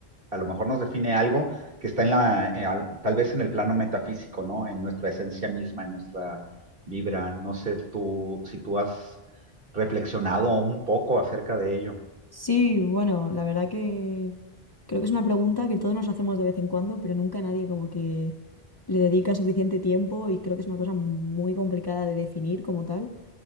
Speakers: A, on the right; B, on the left.
A: a lo mejor nos define algo que está en la, eh, al- tal vez en el plano metafísico, ¿no? En nuestra esencia misma, en nuestra vibra. No sé tú si tú has reflexionado un poco acerca de ello.
B: Sí, bueno, la verdad que creo que es una pregunta que todos nos hacemos de vez en cuando, pero nunca nadie como que le dedica suficiente tiempo y creo que es una cosa muy complicada de definir como tal.